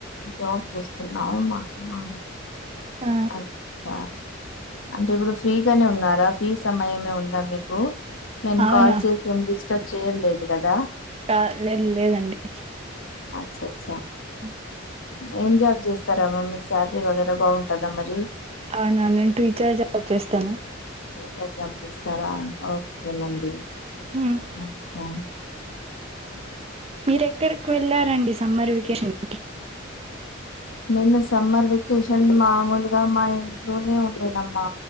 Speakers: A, on the left; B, on the right.
A: జాబ్ చేస్తున్నావు మాకు మా
B: ఆ
A: అచ్చ అంటే ఇప్పుడు ఫ్రీగానే ఉన్నారా ఫ్రీ సమయమే ఉందా మీకు నేను
B: అవునా
A: కాల్ చేసిం బ్ చేయలేదు కదా
B: కా లేదు లేదండి
A: అచ్చ అచ్చ
B: ఉ
A: ఏం జాబ్ చేస్తారామ్మా మీ శాలరీ వగర బాగుంటదా మరి
B: అవునా నేను టీచర్ జాబ్ చేస్తాను
A: టీచర్ జాబ్ చేస్తారా ఓకేనండి
B: మ్మ్
A: అ ఆ <inaudible>
B: మీర ఎక్కడికి వెళ్ళారండి సమ్మర్ వెకేషన్ కి
A: నేను సమ్మర్ వెకేషన్ మామూలుగా మా ఇంట్లోనే ఉండేనమ్మా